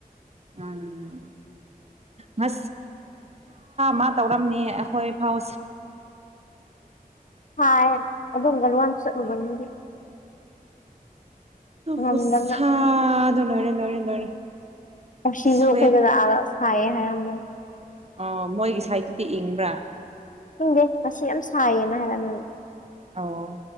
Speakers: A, on the right; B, on the left.
A: ꯎꯝ ꯃꯥ ꯃꯥ ꯇꯧꯔꯝꯅꯤ ꯑꯩꯈꯣꯏ ꯐꯥꯎ
B: ꯍꯥꯏ ꯑꯗꯨꯝꯒ ꯂ ꯋꯥ ꯆꯠꯂꯨꯕꯅꯤꯗꯤ ꯉꯝꯗꯅ
A: ꯍꯁꯗ ꯂꯣꯏꯔꯦ ꯂꯣꯏꯔꯦ ꯂꯣꯏꯔꯦ
B: ꯁꯤꯁꯨ
A: ꯁ꯭ꯋꯦꯠ
B: ꯑꯩꯈꯣꯏꯗ ꯂꯥꯛꯑꯒ ꯁꯥꯏꯌꯦ ꯍꯥꯏꯔꯝꯗ
A: ꯑꯣ ꯃꯣꯏꯒꯤ ꯁꯥꯏꯠꯇꯨꯗꯤ ꯏꯪꯕ꯭ꯔꯥ
B: ꯏꯤꯡꯗꯦ ꯃꯁꯤ ꯌꯥꯝ ꯁꯥꯏꯌꯦꯅ ꯍꯥꯏꯔꯝꯃꯤ
A: ꯑꯣ